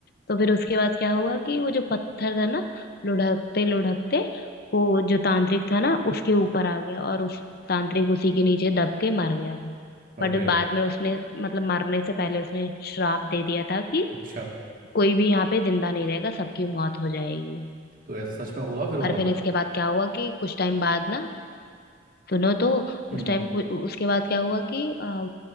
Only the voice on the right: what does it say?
अरे
अच्छा
तो ऐसा सच में हुआ फिर वहां
पे
हम्म